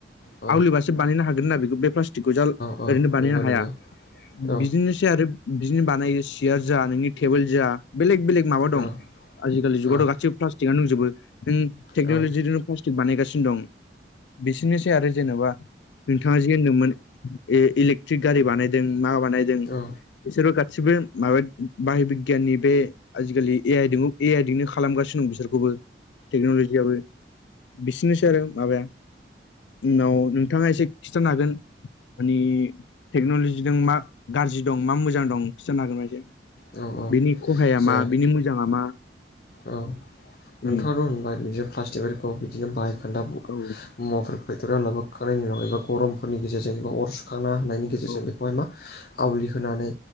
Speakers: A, on the left; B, on the left.
A: औ
B: आवलिबासो बानायनो हागोन ना बेखौ बे प्लास टिक जान
A: औ
B: ओरैनो बानायनो
A: नंगौ
B: हाया
A: नंगौ औ
B: बिदिनो सै आरो बिदिनो बानाय चियार जा नोंनि टेबोल जा बेलेक बेलेग माबा दं
A: औ
B: आजिलि जुगावथ'
A: औ
B: गासिबो प्लास्टिकआ दंजोबो नों टेन'लजि
A: औ
B: प्लास टिक बानायगासिनो दं बिसोरनोसै आरो जेनेबा बिथाङा जि होनदोंमोन ए इलेक्ट्रिक गारि बानायदों मा बानायदों
A: औ
B: बिसोरबो गासिबो माबा बाहि बिगियाननि बे आजिखालि ए आइदों ए आइदोंनो खालामगासिनो दं बिसोरखौबो टेकनल' जियाबो बिसिनोसै आरो माबाया उनाव नोंथाङा एसे खिथानो हागोन मानि टेक्न'ल'जिजों मा गाज्रि दं मा मोजां दं खिथानो हागोन बा एसे
A: औ औ
B: बिनि खहाया
A: जा
B: मा बिनि मोजाङा मा
A: औ
B: उम
A: नोंथाङाथ' होनबाय बिदिनो प्लास्टिकफोरखौ बिदिनो बाहाय खोन्दा मुवाफोरखौ
B: औ
A: फेक्टरियाव लाबोखांनायनि उनाव एबा गरमफोरनि गेजेरजों एबा अर सुखांना होननि गेजेरजों
B: औ
A: बेखौहाय मा आवलि होनानै